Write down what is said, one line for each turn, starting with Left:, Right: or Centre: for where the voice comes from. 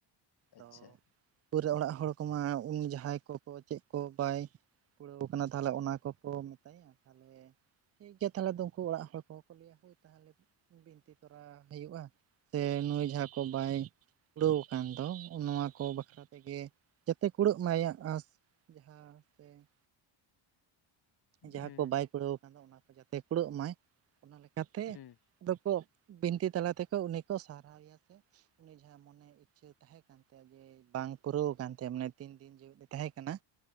Left: ᱟᱪᱪᱷᱟ
Right: ᱟᱫᱚ ᱯᱩᱨᱟᱹ ᱚᱲᱟᱜ ᱦᱚᱲ ᱠᱚᱢᱟ ᱩᱱ ᱡᱟᱦᱟᱸᱭ ᱠᱚ ᱪᱮᱫ ᱠᱚ ᱵᱟᱭ ᱠᱩᱲᱟᱹᱣ ᱠᱟᱱᱟ ᱛᱟᱦᱚᱞᱮ ᱚᱱᱟ ᱠᱚᱠᱚ ᱢᱮᱛᱟᱭᱟ ᱛᱟᱦᱚᱞᱮ ᱴᱷᱤᱠ ᱜᱮᱭᱟ ᱛᱟᱦᱚᱞᱮ ᱫᱚ ᱩᱱᱠᱩ ᱚᱲᱟᱜ ᱦᱚᱲ ᱠᱚᱦᱚᱸ ᱠᱚ ᱞᱟᱹᱭᱟ ᱦᱳᱭ ᱛᱟᱦᱚᱞᱮ ᱵᱤᱱᱛᱤ ᱛᱚᱨᱟ <unintelligible> ᱦᱩᱭᱩᱜᱼᱟ ᱥᱮ ᱱᱩᱭ ᱡᱟᱦᱟᱸ ᱠᱚ ᱵᱟᱭ ᱠᱩᱲᱟᱹᱣ ᱟᱠᱟᱱ ᱫᱚ ᱱᱚᱣᱟ ᱠᱚ ᱵᱟᱠᱷᱨᱟ ᱛᱮᱜᱮ ᱡᱟᱛᱮ ᱠᱩᱲᱟᱹᱜ ᱢᱟ ᱭᱟᱜ ᱟᱸᱥ ᱡᱟᱦᱟᱸ ᱥᱮ ᱡᱟᱦᱟᱸ
Left: ᱦᱩᱸ
Right: ᱠᱚ ᱵᱟᱭ ᱠᱩᱲᱟᱹᱣ ᱟᱠᱟᱱ ᱫᱚᱭ ᱚᱱᱟ ᱠᱚ ᱡᱟᱛᱮ ᱠᱩᱲᱟᱹᱜ ᱢᱟᱭ ᱚᱱᱟ ᱞᱮᱠᱟᱛᱮ
Left: ᱦᱩᱸ
Right: ᱟᱫᱚᱠᱚ ᱵᱤᱱᱛᱤ ᱛᱟᱞᱟ ᱛᱮᱠᱚ ᱩᱱᱤ ᱠᱚ ᱥᱟᱨᱦᱟᱣ ᱮᱭᱟ ᱥᱮ ᱩᱱᱤ ᱡᱟᱦᱟᱸ ᱢᱚᱱᱮ ᱤᱪᱪᱷᱟᱹ ᱛᱟᱦᱮᱸ ᱠᱟᱱ ᱛᱟᱭᱟ ᱡᱮ ᱵᱟᱝ ᱯᱩᱨᱟᱹᱣ ᱠᱟᱱ ᱛᱟᱭᱟ ᱢᱟᱱᱮ ᱛᱤᱱ ᱫᱤᱱ ᱡᱮᱣᱮᱫ ᱮ ᱛᱟᱦᱮᱸ ᱠᱟᱱᱟ